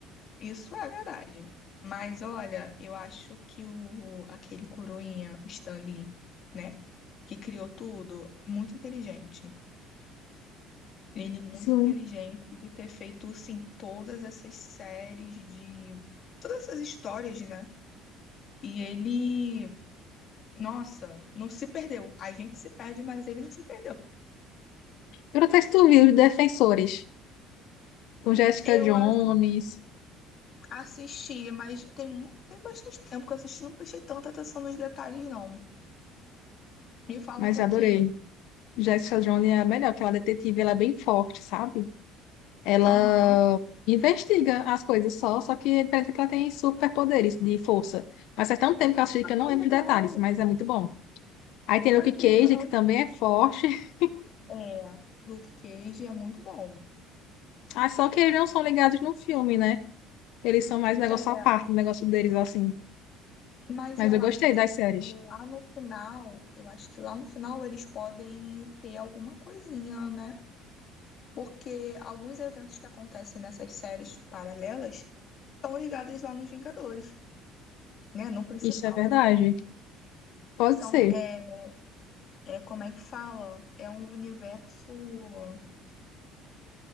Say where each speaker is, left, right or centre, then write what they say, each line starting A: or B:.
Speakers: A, on the left (about 40°); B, on the left (about 75°).
A: Isso é verdade. Mas olha, eu acho que o aquele coroinha, o Stan Lee, né, que criou tudo, muito inteligente. Ele muito
B: sim.
A: inteligente de ter feito assim todas essas séries de todas essas histórias, né? E ele, nossa, não se perdeu. A gente se perde, mas ele não se perdeu.
B: Eu não sei se tu viu os Defensores. com Jessica
A: Eu
B: Jones,
A: a- assisti, mas tem muito, tem bastante tempo que eu assisti, não prestei tanta atenção nos detalhes, não. Me fala
B: mas
A: um pouquinho.
B: adorei. Jessica Jones é a melhor, que ela é detetive, ela é bem forte, sabe? Ela
A: Aham.
B: investiga as coisas só, só que é diferente que ela tem superpoderes de força. Mas faz tanto tempo que eu assisti que eu não
A: Que
B: lembro
A: Legal.
B: de detalhes, mas é muito bom. Aí tem Luke
A: Ai,
B: Cage,
A: que legal.
B: que também é forte. <laughs>
A: É, Luke Cage é muito bom.
B: Ah, só que eles não são ligados no filme, né? Eles são mais negócio
A: É,
B: à parte, negócio deles assim.
A: mas
B: Mas
A: eu
B: eu gostei
A: acho que
B: das séries.
A: lá no final, eu acho que lá no final eles podem ter alguma coisinha, né? Porque alguns eventos que acontecem nessas séries paralelas estão ligadas lá nos Vingadores, né? No principal.
B: Isso é verdade. Pode
A: São,
B: ser.
A: é, é, como é que fala? É um universo.